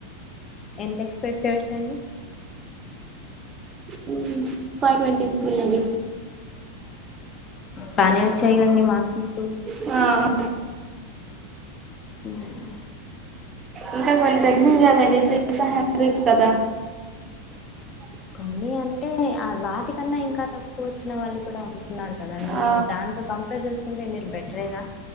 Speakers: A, on the left; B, on the right.
A: ఎంత ఎక్స్పెక్ట్ చేయోచ్చండి
B: హ్మ్ ఫైవ్ ట్వంటీ త్రీ అండి
A: బానే వచ్చాయి గండి మార్క్స్ మీకు
B: ఆ
A: ఉమ్
B: ఇంకా కొన్ని తగ్గినయ్ గదండి సివిక్స్ అండ్ మా <unintelligible> కదా <inaudible>
A: కొన్ని అంటే ఆ వాటికన్నా ఇంకా తక్కువ వచ్చిన వాళ్ళు కూడా ఉంటున్నారు కదండీ
B: ఆ
A: దాన్తో కంపేర్ జేసుకుంటే మీరు బెటరేగా